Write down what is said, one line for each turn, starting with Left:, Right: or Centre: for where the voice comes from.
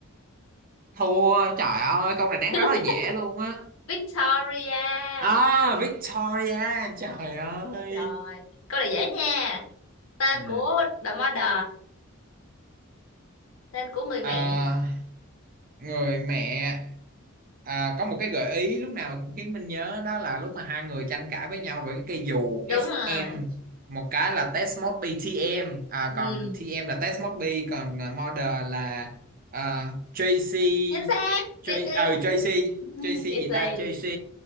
Right: thua trời ơi câu này đáng
Left: <laughs>
Right: rất là dễ luôn á
Left: Victoria.
Right: à Victoria trời ơi
Left: Rồi, câu này dễ nha. Tên
Right: ừ.
Left: của The Mother, tên của người mẹ.
Right: Ờ, người mẹ à, có một cái gợi ý lúc nào cũng khiến mình nhớ đó là lúc mà hai người tranh cãi với nhau về cái cây dù
Left: Đúng
Right: SM
Left: rồi.
Right: một cái là Test Mode B TM à,
Left: Ừ,
Right: còn TM là Test Mode B còn à, Model là à, JC
Left: chính xác.
Right: J
Left: Tracy.
Right: ờ JC
Left: <laughs>
Right: JC gì
Left: Tracy.
Right: ta JC